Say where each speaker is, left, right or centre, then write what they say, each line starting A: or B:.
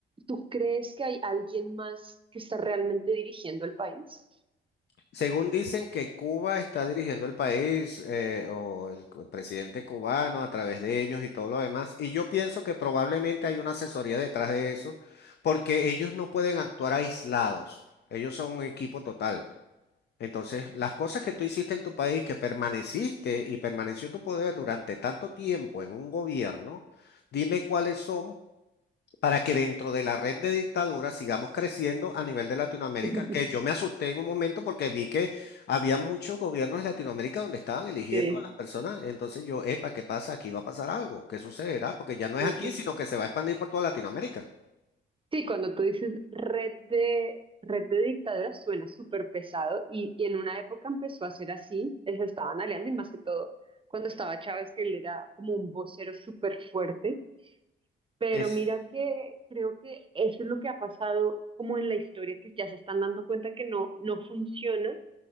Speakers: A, on the right; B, on the left.
A: ¿Tú crees que hay alguien más que está realmente dirigiendo el país?
B: Según dicen que Cuba está dirigiendo el país eh, o el cu- presidente cubano a través de ellos y todo lo demás, y yo pienso que probablemente hay una asesoría detrás de eso, porque ellos no pueden actuar aislados, ellos son un equipo total. Entonces, las cosas que tú hiciste en tu país, que permaneciste y permaneció tu poder durante tanto tiempo en un gobierno, dime cuáles son para que dentro de la red de dictaduras sigamos creciendo a nivel de Latinoamérica,
A: <laughs>
B: que yo me asusté en un momento porque vi que había muchos gobiernos de Latinoamérica donde estaban eligiendo
A: Sí,
B: a las personas, entonces yo, epa, ¿qué pasa? Aquí va a pasar algo, ¿qué sucederá? Porque ya no
A: Sí,
B: es aquí,
A: sí,
B: sino
A: sí.
B: que se va a expandir por toda Latinoamérica.
A: Sí, cuando tú dices red de red de dictaduras suena súper pesado y, y en una época empezó a ser así, eh, se estaban aliando y más que todo cuando estaba Chávez, que él era como un vocero súper fuerte, pero
B: Es,
A: mira que creo que eso es lo que ha pasado como en la historia, que ya se están dando cuenta que no, no funciona